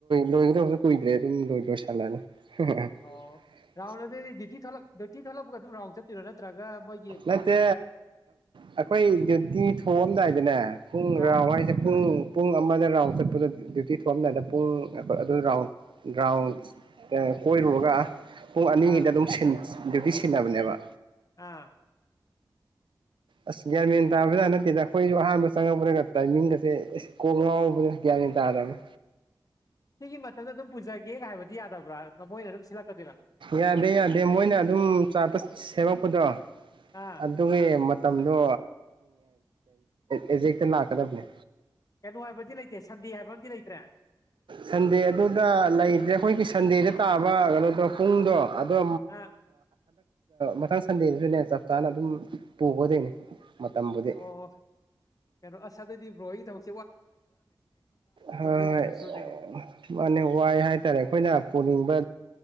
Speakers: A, on the right; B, on the left.
A: ꯂꯣꯏꯒꯗꯧꯕꯁꯨ ꯀꯨꯏꯗ꯭ꯔꯦ ꯑꯗꯨꯝ ꯂꯣꯏ ꯂꯣꯏꯁꯜꯂꯅꯤ ꯍ <unintelligible>
B: ꯑꯣ ꯔꯥꯎꯟ ꯑꯗꯨꯗꯗꯤ ꯗ꯭ꯌꯇꯤꯂꯛ ꯗ꯭ꯌꯇꯤꯂꯛꯄ ꯑꯗꯨꯝ ꯔꯥꯎꯟ ꯆꯠꯇꯄꯤꯔꯣ ꯅꯠꯇ꯭ꯔꯒ ꯃꯣꯏ
A: ꯅꯠꯇꯦ ꯑꯩꯈꯣꯏ ꯗ꯭ꯌꯨꯇꯤ ꯊꯣꯛꯣꯡꯑꯝꯗꯥꯏꯗꯅꯦ ꯄꯨꯡ
B: ꯑꯥ
A: ꯔꯥꯎ ꯍꯥꯏꯁꯦ ꯄꯨꯡ ꯄ ꯄꯨꯡ ꯑꯃꯗ ꯔꯥꯎꯟ ꯆꯠꯄꯗ ꯗ꯭ꯌꯨꯇꯤ ꯊꯣꯛꯑꯝꯗꯥꯗ ꯄꯨꯡ ꯑꯗꯨ ꯔꯥꯎꯟ ꯔꯥꯎꯟ ꯀꯣꯏꯔꯨꯔꯒ ꯄꯨꯡ ꯑꯅꯤꯗ
B: ꯑꯥ
A: ꯑꯗꯨꯝ ꯁꯅꯤ ꯗꯗꯤꯌꯗꯤ ꯁꯦꯂꯕꯅꯦꯕ
B: ꯑꯥ
A: ꯑꯁ ꯒ꯭ꯌꯥꯔꯃꯦꯟ ꯇꯥꯕꯗ ꯅꯠꯇꯦꯗ ꯑꯩꯈꯣꯏꯁꯨ ꯑꯍꯥꯟꯕ ꯆꯪꯉꯛꯄꯗꯒ ꯇꯥꯏꯃꯤꯡꯒꯁꯦ ꯀꯣꯛ ꯉꯥꯎꯕꯗ ꯒ꯭ꯌꯥꯃꯦꯟ ꯇꯥꯗꯕꯅ
B: ꯁꯤꯒꯤ ꯃꯇꯝꯗ ꯑꯗꯨꯝ ꯄꯨꯖꯒꯦ ꯍꯥꯏꯕꯗꯤ ꯌꯥꯗꯕ꯭ꯔꯥ ꯃꯣꯏꯅ ꯑꯗꯨꯝ ꯁꯤꯜꯂꯛꯀꯗꯣꯏꯔꯥ
A: ꯌꯥꯗꯦ ꯌꯥꯗꯦ ꯃꯣꯏꯅ ꯑꯗꯨꯝ ꯆꯥꯄ ꯁꯦꯝꯃꯛ ꯍꯗ
B: ꯑꯥ
A: ꯑꯗꯨꯒꯤ ꯃꯇꯝꯗꯣ ꯑꯦꯖꯦꯛꯇ ꯂꯥꯛꯀꯗꯕꯅꯦ
B: ꯀꯩꯅꯣ ꯍꯥꯏꯕꯗꯤ ꯂꯩꯇꯦ ꯁꯟꯗꯦ ꯍꯥꯏꯕ ꯑꯝꯗꯤ ꯂꯩꯇ꯭ꯔꯦ
A: ꯁꯟꯗꯦ ꯑꯗꯨꯗ ꯂꯩꯇ꯭ꯔꯦ ꯑꯩꯈꯣꯏꯒꯤ ꯁꯟꯗꯦꯗ ꯇꯥꯕ ꯀꯩꯅꯣꯗꯣ ꯄꯨꯡꯗꯣ ꯑꯗꯣ
B: ꯑꯥ
A: ꯃꯊꯪ ꯁꯟꯗꯦꯗꯁꯨꯅꯦ ꯆꯞ ꯆꯥꯅ ꯑꯗꯨꯝ ꯄꯨꯒꯗꯣꯏꯅꯦ ꯃꯇꯝꯕꯨꯗꯤ
B: ꯑꯣ ꯀꯩꯅꯣ ꯑꯁꯗꯗꯤ ꯕ꯭ꯔꯣ ꯑꯩ ꯊꯕꯛꯇ
A: ꯍꯣꯏꯣꯏ
B: ꯂꯦꯞꯇꯅ ꯁꯨꯗꯣꯏꯅꯦ
A: ꯃꯥꯅꯦ ꯋꯥꯏ ꯍꯥꯏꯇꯥꯔꯦ ꯑꯩꯈꯣꯏꯅ ꯄꯨꯅꯤꯡꯕ